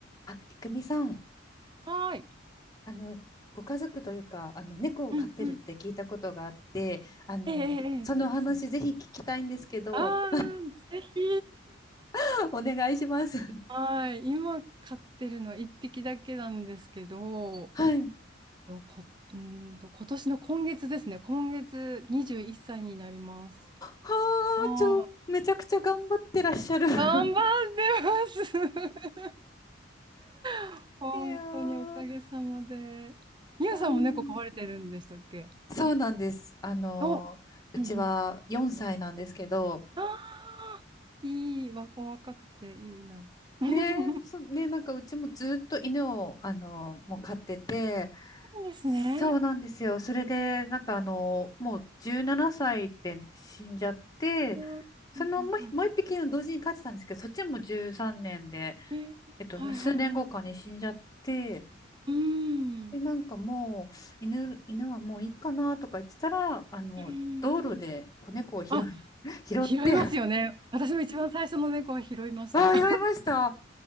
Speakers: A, on the left (about 20°); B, on the right (about 25°).
A: あ、いくみさん、
B: はーい。
A: あの、ご家族というか、あの、猫を飼ってるって聞いたことがあって、
B: うんうん。
A: あの、
B: ええええええそう。
A: そのお話ぜひ聞きたいんですけど、
B: ああ、ぜひ。
A: <laughs> お願いします。<laughs>
B: <laughs> はい。今飼ってるのは1匹だけなんですけど、
A: はい。
B: とこ、うーんと、今年の今月ですね。今月21歳になります。
A: はあ、
B: あ
A: ちょ、めちゃくちゃ頑張ってらっしゃる。<laughs>
B: あ、頑張ってます。<laughs> 本当におかげさまで。
A: いやー
B: みゆさんも猫飼われてるんでしたっけ
A: うんそうなんです。あの、
B: お、
A: うちは4歳なんですけど、
B: うんうん。ああ、いい、わ、お若くていいな。<laughs>
A: ねえ、そ、ねえ、なんかうちもずっと犬を、あの、もう飼ってて、
B: そうですね。
A: そうなんですよ。それで、なんかあの、もう17歳で死んじゃって、
B: うんはいはいは
A: そのもう一、もう一匹の同時に飼ってたんですけど、そっちも13年で、
B: いえーはいはいはい。
A: えっと、数年後かに死んじゃって、
B: うーん。
A: で、なんかもう、犬、犬はもういいかなとか言ってたら、あの、
B: うー
A: 道路で子猫を拾い、
B: んあ、
A: <laughs> 拾って、
B: 拾いますよね。私も一番最初の猫は拾いました。
A: ああ、
B: <laughs>
A: 拾いました。